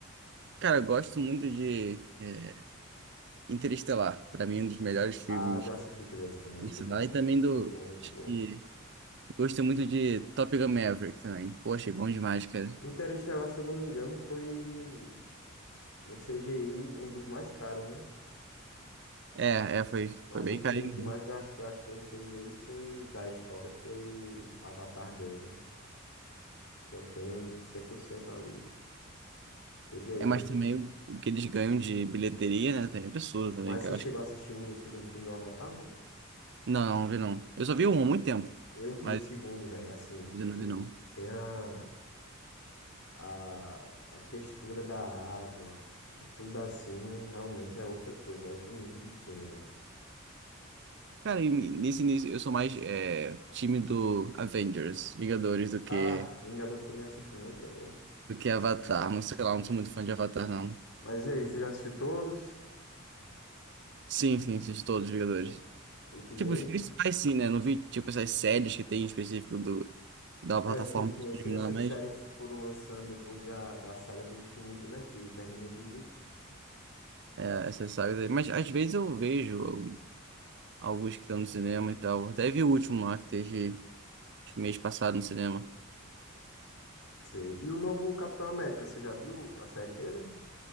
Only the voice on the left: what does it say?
Ah, já assisti também esse filme. Muito
bom.
Muito
bom, muito
bom.
Interestelar, se eu não me engano, foi um CGI, um dos mais caros, né?
Mas
o filme
que mais
gas- gastou em CGI foi, da história foi Avatar 2, né? Que é o filme 100% ali. CGI
teve um.
Mas
você chegou
a assistir o segundo filme do Avatar, não?
Eu vi
o segundo, velho. Assim, tipo,
tem a. a, a textura da água, tipo, tudo assim, realmente é outra coisa, é outro nível de filme, velho.
Ah, Vingadores eu também assisto muito também.
Mas e aí, você já assistiu todos?
Ultimato?
É, sim, sim,
esse- essas
séries que foram lançando depois já da saga do infinito, né, que termina em Ultimato.
Sei. E o novo Capitão América, você já viu a série dele?